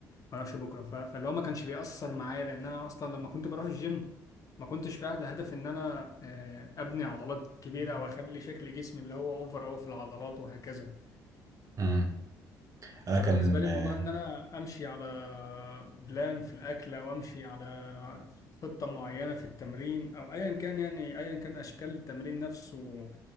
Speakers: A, on the left; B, on the right.
A: ما اروحش بكره ف... فاللي هو ما كانش بيأثر معايا لان انا اصلا لما كنت بروح الجيم ما كنتش رايح لهدف ان انا آه، ابني عضلات كبيره او اخلي شكل جسمي اللي هو اوفر اوي في العضلات وهكذا
B: مم. انا
A: فبالنسبة
B: كان
A: لي
B: آه،
A: موضوع إن أنا أمشي على بلان في الأكل أو أمشي على خطة معينة في التمرين أو أيا كان يعني أيا كان أشكال التمرين نفسه